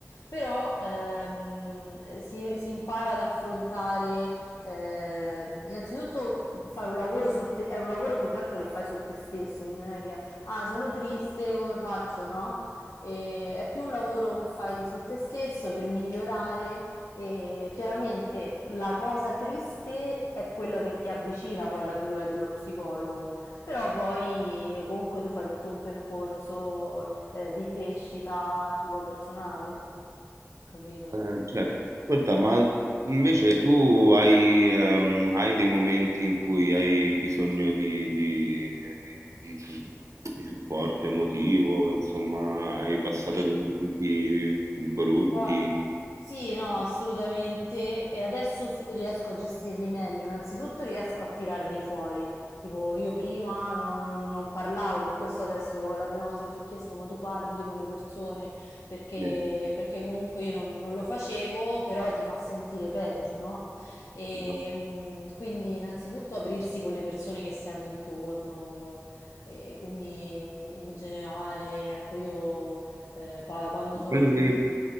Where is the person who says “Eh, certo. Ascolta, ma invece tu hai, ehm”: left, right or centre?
Right